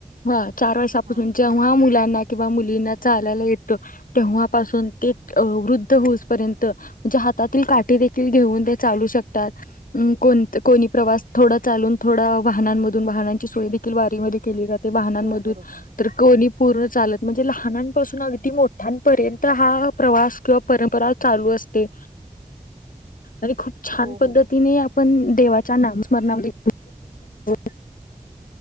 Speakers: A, on the left; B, on the right.
A: हा चार वर्षापासून
B: हा
A: जेव्हा मुलांना वा मुलींना चालायला येतं तेव्हापासून ते अ वृद्ध होऊसपर्यंत म्हणजे हातातील काठीे देखील घेऊन ते चालू शकतात. अम्म कोण कोणी प्रवास थोडा चालून थोडा वाहनांमधून वाहनांची सोय देखील वारीमध्ये केली जा ते वाहनांमधून
B: हो बरोबर
A: तर कोणी पूर्ण चालत. म्हणजे लहानांपासून अगदी मोठ्यांपर्यंत हा प्रवास किंवा परंपरा चालू असते. आणि खूप छान
B: हो
A: पद्धतीने
B: हो.
A: आपण देवाच्या नामस्मरणामध्ये <unintelligible>